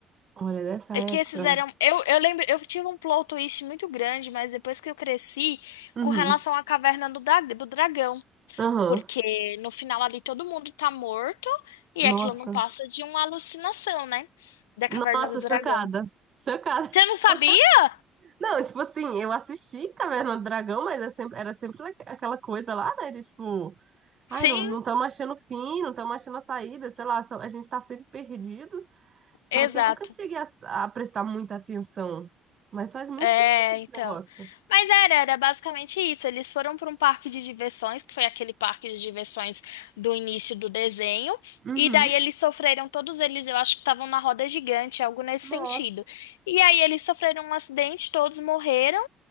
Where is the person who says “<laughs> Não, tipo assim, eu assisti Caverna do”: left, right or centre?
Right